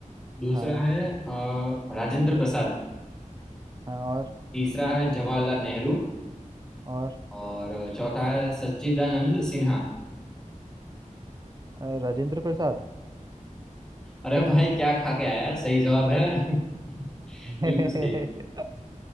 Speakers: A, in the centre; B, on the right.
A: दूसरा
B: हाँ
A: है अं, राजेंद्र प्रसाद
B: हाँ और
A: तीसरा है जवाहरलाल नेहरू
B: और
A: और चौथा है सच्चिदानंद सिन्हा
B: अ, राजेंद्र प्रसाद
A: अरे भाई क्या खा के आया है? सही जवाब है <laughs>
B: <laughs>
A: बिल्कुल सही है